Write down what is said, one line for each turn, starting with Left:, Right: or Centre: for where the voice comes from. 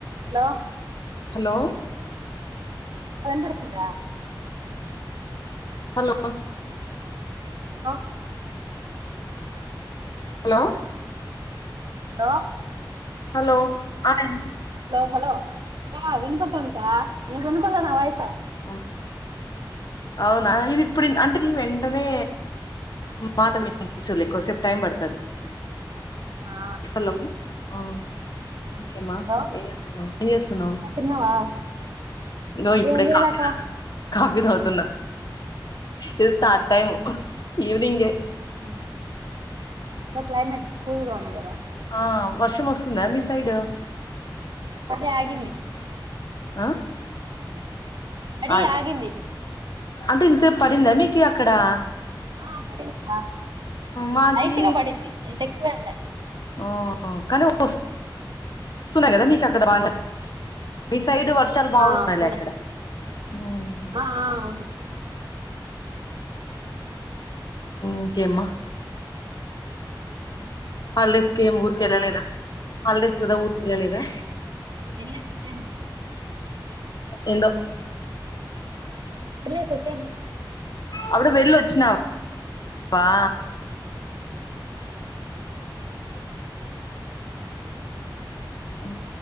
Right: Hello
Left: hello
Right: pant తడిసిందా
Left: hello
Right: hello
Left: hello
Right: hello
Left: hello ఆ వి
Right: హలో హలో వినబడుతుంద వినపడాలె నా వయసు
Left: అ అవునా ఇది ఇప్పుడు అంటే నీ వెంటనే మాటలు వి చూలే ఎక్కువ సేపు టైమ్ పడుతాది
Right: ఆ
Left: హలో ఆ ఇంకేం మా
Right: హలో
Left: ఎం చేస్తున్నావు ఎం చేస్తున్నావ్
Right: ఇంకా తిన్నావా
Left: ఇంగో ఇప్పుడే
Right: ఏం చేయలేక
Left: కాఫీ తాగుతున్నా కాఫీ తగుతన్నా ఇది థర్డ్ టైము ఈవినింగ ఆ
Right: హ్ ఇంకా క్లైమేట్ కూల్గా ఉందిగా
Left: ఆ వర్షం వస్తుందా మీ సైడ్
Right: అదే ఆగింది
Left: ఆ
Right: పడి
Left: ఆయ్
Right: ఆగింది
Left: అంటే ఇంతసేపు పడిందా మీకీ అక్కడా
Right: ఆ పడింది మా
Left: మాకి
Right: లైటుగ బడింది అంత ఎక్కువ ఏంలే
Left: ఆ కానీ ఒస్ సున గదా మీక్ అక్కడ <inaudible> బిస్ సైడ్ వర్షాలు బా
Right: ఆ
Left: ఒస్తాయిలే
Right: వస్తున్నాయి
Left: అక్కడ ఊ
Right: ఆ ఆ అవును
Left: ఇంకేమ్మా
Right: ఊ
Left: హల్డేస్ కేం ఊరుకెల్లలేదా హాల్డేస్ గదా ఊరుకెళ్ళ లేదా
Right: వెళ్లేసి వచ్చాను
Left: ఎండో
Right: మల్లే తెచ్చాను
Left: అప్పుడు వెళ్ళొచ్చినా <inaudible> వా ఊ